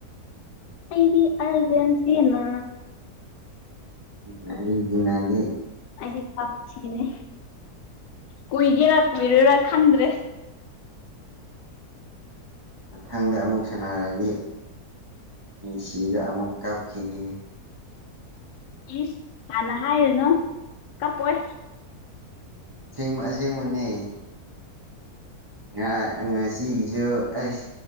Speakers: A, on the left; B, on the right.
A: ꯑꯩꯗꯤ ꯑꯔꯖꯦꯟꯇꯤꯅ
B: ꯎꯝ ꯑꯔꯖꯦꯟꯇꯤꯅꯗꯤ
A: ꯑꯩꯗꯤ ꯀꯨꯏꯒꯦꯔꯥ ꯀꯨꯏꯔꯣꯏꯔꯥ ꯈꯟꯗ꯭ꯔꯦ
B: ꯃꯊꯪꯗ ꯑꯃꯨꯛ ꯁꯅꯔꯗꯤ ꯃꯤꯁꯤꯗ ꯑꯃꯨꯛ ꯀꯥꯞꯈꯤꯅꯤꯅꯦ
A: ꯏꯁ ꯍꯥꯟꯅ ꯍꯥꯏꯔꯨꯅꯨ ꯀꯞꯄꯣꯏ
B: ꯁꯦꯡ ꯑꯁꯦꯡꯕꯅꯦ ꯉ ꯉꯁꯤꯒꯤꯁꯨ ꯑꯁ